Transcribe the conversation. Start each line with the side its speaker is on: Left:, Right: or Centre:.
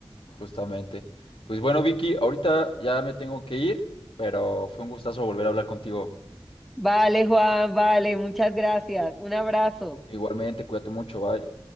Left: justamente. Pues bueno, Vicky, ahorita ya me tengo que ir, pero fue un gustazo volver a hablar contigo.
Centre: Vale, Juan, vale, muchas gracias. Un abrazo.
Left: Igualmente, cuídate mucho, bye.